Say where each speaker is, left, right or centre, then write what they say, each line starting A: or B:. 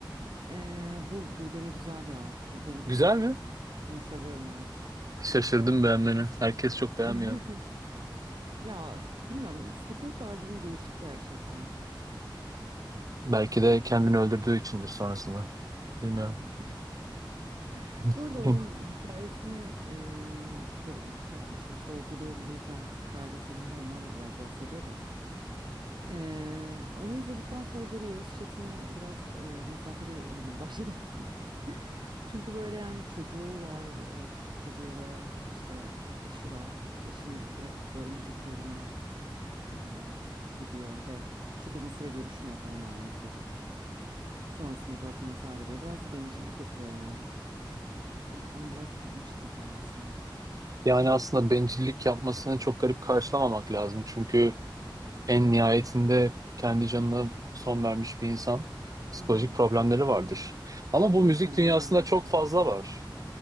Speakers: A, on the right (about 65°); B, on the right (about 45°).
A: Ee, bul bul beni güzel ya. Bul beni güzel.
B: Güzel mi?
A: Onu seviyorum evet.
B: Şaşırdım beğenmeni. Herkes çok beğenmiyor.
A: <laughs> Ya bilmiyorum satılık albümü değişik gerçekten.
B: Belki de kendini öldürdüğü içindir sonrasında. Bilmiyorum.
A: Evet. <laughs>
B: <laughs>
A: Bu arada onun hikayesini eee, de şey yapmıştım işte o Blue Blues Band belgeselinde ondan da biraz bahsediyor da. Eee, onu izledikten sonra böyle Yavuz Şetin'e biraz eee, mesafeli olmaya başladım. <laughs> Çünkü böyle yani çocuğu var, eee, küçük çocuğu ve işte eşi var. Eşini bırakıp böyle müzik uğruna eee, gidiyor ve çok uzun süre görüşmüyor falan ailesiyle. Sonrasında zaten intihar ediyor. Biraz bencillik yapıyor yani. O yüzden biraz kızmıştım kendisine.
B: Yani aslında bencillik yapmasını çok garip karşılamamak lazım. Çünkü en nihayetinde kendi canına son vermiş bir insan psikolojik
A: Hı hı.
B: problemleri vardır. Ama bu
A: Muhtemelen
B: müzik dünyasında
A: öyledir.
B: çok
A: hani.
B: fazla var.